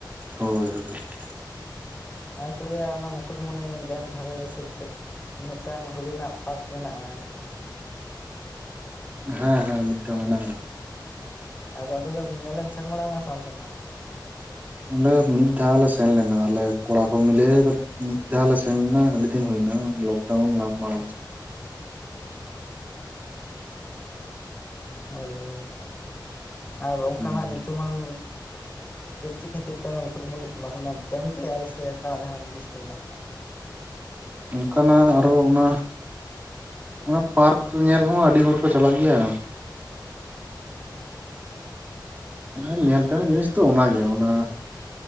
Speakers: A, on the right; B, on the left.
A: ᱦᱳᱭ <inaudible>
B: ᱟᱨ ᱠᱚ ᱞᱟᱹᱭᱟ ᱚᱱᱟ ᱢᱩᱠᱩᱴ ᱢᱩᱱᱤ ᱰᱮᱢ ᱡᱷᱟᱨᱮ ᱨᱮ ᱥᱮ ᱪᱮᱫ? ᱢᱮᱫᱴᱟᱝ ᱦᱩᱨᱤᱱᱟᱜ ᱯᱟᱨᱠ ᱢᱮᱱᱟᱜ-ᱟ᱾
A: ᱦᱮᱸ ᱦᱮᱸ ᱢᱤᱫᱴᱟᱹᱝ ᱢᱮᱱᱟᱜᱼᱟ᱾
B: ᱟᱫᱚ ᱚᱸᱰᱮ ᱫᱚᱢ ᱧᱮᱞᱮᱢ ᱥᱮᱱ ᱵᱟᱲᱟᱣ ᱠᱟᱱᱟ ᱥᱮ ᱵᱟᱢ ᱥᱮᱱ ᱵᱟᱲᱟ ᱠᱟᱱ-
A: ᱚᱸᱰᱮ ᱢᱤᱫ ᱫᱷᱟᱣ ᱞᱮ ᱥᱮᱱ ᱞᱮᱱᱟ ᱟᱞᱮ ᱠᱚᱲᱟ ᱠᱚ ᱢᱤᱞᱟᱹᱣ ᱠᱟ ᱢᱤᱫ ᱫᱷᱟᱣ ᱞᱮ ᱥᱮᱱ ᱞᱮᱱᱟ ᱟᱹᱰᱤ ᱫᱤᱱ ᱦᱩᱭᱮᱱᱟ ᱞᱚᱠ ᱰᱟᱹᱣᱩᱱ ᱱᱟᱜ ᱢᱟᱲᱟᱝ ᱾
B: ᱦᱳᱭ ᱦᱳᱭ ᱦᱚᱭ ᱟᱨ ᱚᱱᱠᱟᱱᱟᱜ
A: ᱦᱩᱸ
B: ᱧᱩᱛᱩᱢᱟᱱ ᱥᱮ ᱪᱮᱫ ᱠᱷᱟᱹᱛᱤᱨ ᱛᱮ ᱟᱢ ᱠᱩᱴᱢᱩᱱᱤᱠ ᱯᱷᱮᱢᱟᱥ ᱚᱱᱟ, ᱡᱚᱢ ᱠᱮᱜᱼᱟ ᱠᱚ ᱥᱮ ᱚᱱᱠᱟᱱᱟᱜ ᱡᱟᱦᱟᱸᱱ ᱡᱤᱱᱤᱥ ᱠᱚ ᱢᱮᱱᱟᱜ ᱟᱠᱟᱜ-ᱟ?
A: ᱚᱝᱠᱟᱱᱟᱜ ᱟᱨᱚ ᱚᱱᱟ ᱚᱱᱟ ᱯᱟᱨᱠ ᱧᱮᱞ ᱦᱚᱸ ᱟᱹᱰᱤ ᱦᱚᱲ ᱠᱚ ᱪᱟᱞᱟᱜ ᱜᱮᱭᱟ? ᱦᱮᱸ! <inaudible> ᱧᱮᱞ ᱛᱮᱱᱚᱜ ᱡᱤᱱᱤᱥ ᱫᱚ ᱚᱱᱟᱜᱮ, ᱢᱟᱱᱮ